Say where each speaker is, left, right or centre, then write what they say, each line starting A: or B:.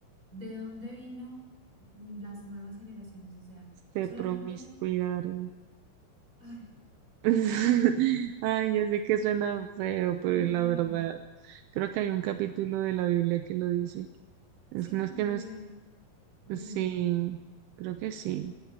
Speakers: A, on the right; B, on the right.
A: ¿de dónde vino mm, las nuevas generaciones? O sea,
B: se
A: solamente,
B: promiscuidaron.
A: ay,
B: <laughs> Ay,
A: ah,
B: ya sé que suena feo, pero
A: bueno,
B: la
A: raro.
B: verdad, creo que hay un capítulo de la Biblia que lo dice. Es,
A: Sí,
B: no
A: como
B: es que
A: que,
B: no es,
A: uy,
B: sí,
A: no.
B: creo que sí.